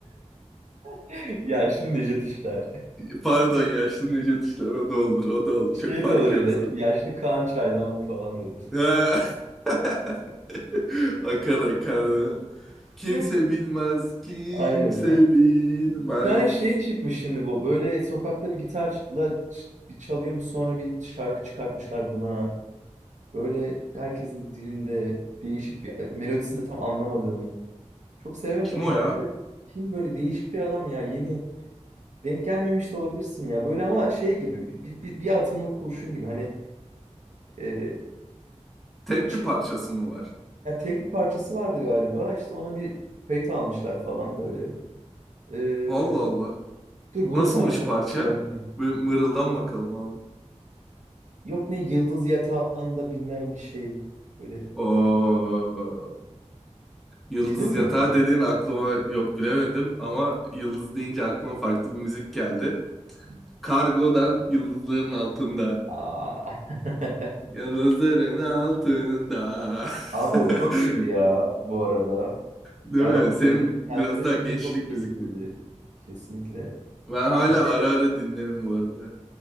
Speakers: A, on the right (about 85°); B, in the centre.
A: <laughs> Yaşlı Nejat İşler.
B: <laughs> Pardon yaşlı Necdet İşler o da olur o da olur
A: Şey
B: çok fark
A: de olur
B: yoksun.
A: ya da yaşlı Kaan Çaydanlı falan da olur.
B: Ha. <laughs> Akar akar. Kimse
A: <laughs>
B: bilmez kimse
A: Aynen.
B: bilmez.
A: Bir tane şey çıkmış şimdi bu. Böyle sokakta bir gitarla ç- bir çalıyormuş sonra bir şarkı çıkartmışlar buna. Böyle herkesin dilinde değişik bir e, melodisini de tam anlamadığım. Çok sevemedim
B: Kim
A: o şarkıyı
B: o ya?
A: da. Kim böyle değişik bir adam ya yeni. Denk gelmemiş de olabilirsin ya. Böyle ama şey gibi bir, bir, bir bir atımlık kurşun gibi. Hani e,
B: Tek
A: böyle çık
B: bir parçası mı var?
A: ya tek bir parçası vardı galiba. İşte ona bir kayıt almışlar falan böyle. Ee,
B: Allah Allah.
A: dur bulursam
B: Nasılmış
A: onu sana
B: parça?
A: göndereyim.
B: Bir mırıldan bakalım abi.
A: Yok ne yıldız yatağında bilmem bir şey. Böyle
B: Oo. Yıldız
A: bildin mi?
B: Yatağı dediğin aklıma yok bilemedim ama yıldız deyince aklıma farklı bir müzik geldi. Kargodan Yıldızların Altında.
A: Aa. <laughs>
B: Yıldızların altında.
A: Abi
B: <laughs>
A: o çok iyiydi ya bu arada.
B: Değil
A: Yani
B: mi?
A: o
B: Senin
A: dönemi
B: biraz
A: kendi döneminde
B: daha gençlik
A: çok keyifliydi.
B: müziklerin.
A: Kesinlikle.
B: Ben hala
A: E şey
B: ara
A: de,
B: ara dinlerim bu arada.